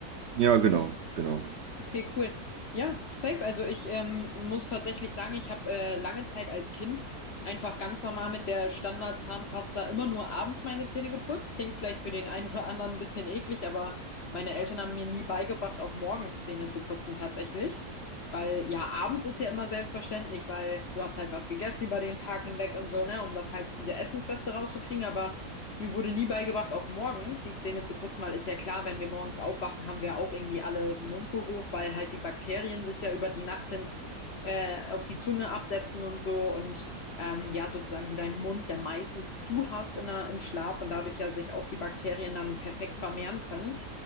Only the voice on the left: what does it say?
Okay, cool. Ja, safe. Also ich ähm, muss tatsächlich sagen, ich habe äh, lange Zeit als Kind einfach ganz normal mit der Standard-Zahnpasta immer nur abends meine Zähne geputzt. Klingt vielleicht für den einen oder anderen ein bisschen eklig, aber meine Eltern haben mir nie beigebracht, auch morgens Zähne zu putzen tatsächlich. Weil ja, abends ist ja immer selbstverständlich, weil du hast halt was gegessen über den Tag hinweg und so, ne, um das halt diese Essensreste rauszukriegen. Aber mir wurde nie beigebracht, auch morgens die Zähne zu putzen, weil ist ja klar, wenn wir morgens aufwachen, haben wir auch irgendwie alle Mundgeruch, weil halt die Bakterien sich ja über die Nacht hin äh, auf die Zunge absetzen und so und ähm, ja, sozusagen du deinen Mund ja meistens zu hast in der, im Schlaf und dadurch ja sich auch die Bakterien dann perfekt vermehren können.